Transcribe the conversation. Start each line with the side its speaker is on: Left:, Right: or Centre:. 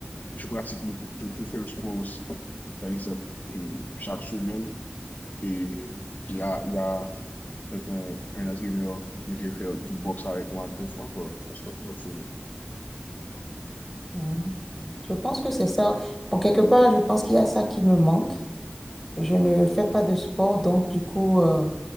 Left: je pratique beaucoup. Je, je fais le sport aussi. Par exemple, et chaque semaine, et il y a, il y a un, un, un entraîneur qui vient faire du boxe avec moi deux fois par, par semaine.
Centre: Mhm. Je pense que c'est ça. Bon, quelque part, je pense qu'il y a ça qui me manque. Je ne fais pas de sport, donc du coup, euh,